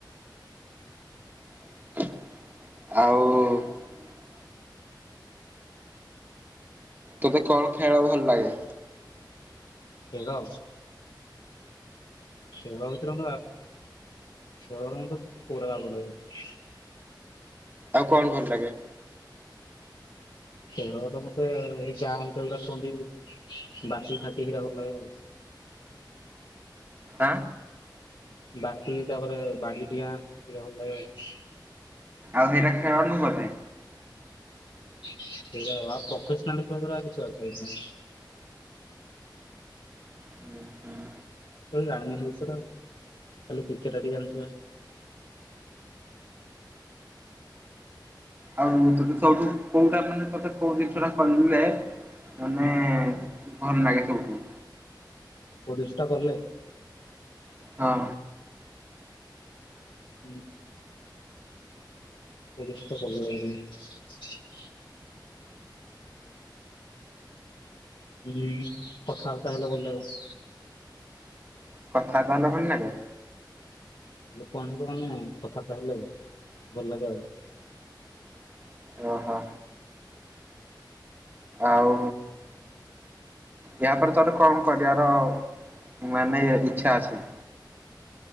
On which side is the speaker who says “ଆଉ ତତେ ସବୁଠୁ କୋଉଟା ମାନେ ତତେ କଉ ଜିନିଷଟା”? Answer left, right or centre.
Right